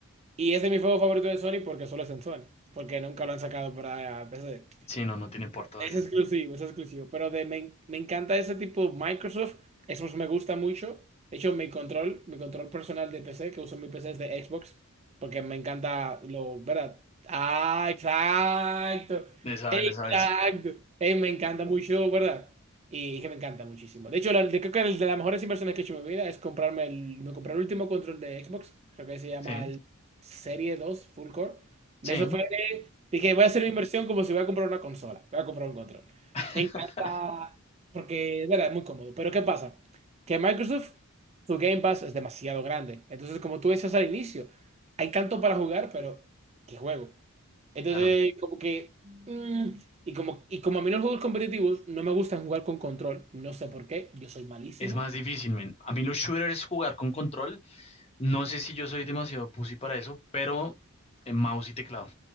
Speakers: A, on the right (about 30°); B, on the left (about 25°).
A: y ese es mi juego favorito de Sony porque solo es en Sony, porque nunca lo han sacado para PC.
B: Sí, no, no tiene por todavía.
A: Es exclusivo, es exclusivo. Pero de, me, me encanta ese tipo Microsoft. Eso me gusta mucho. De hecho, mi control, mi control personal de PC, que uso en mi PC es de Xbox, porque me encanta lo, ¿verdad? Ah, exacto.
B: Le sabes,
A: Exacto.
B: le sabes.
A: Eh, me encanta mucho, ¿verdad? Y que me encanta muchísimo. De hecho, la- de- creo que el de las mejores inversiones que he hecho en mi vida es comprarme el, me compré el último control de Xbox. Creo que se llama
B: Sí,
A: el Serie dos Full Core. De
B: sí,
A: eso fue. Dije, voy a hacer una inversión como si voy a comprar una consola, voy a comprar un control.
B: <laughs>
A: Me encanta porque, es verdad, es muy cómodo. Pero ¿qué pasa? Que Microsoft, su Game Pass es demasiado grande. Entonces, como tú decías al inicio, hay tanto para jugar, pero ¿qué juego? Entonces,
B: claro.
A: como que... mm, y como, y como a mí los juegos competitivos no me gustan jugar con control, no sé por qué, yo soy malísimo.
B: Es más difícil, men. A mí los shooters jugar con control, no sé si yo soy demasiado pussy para eso, pero en mouse y teclado.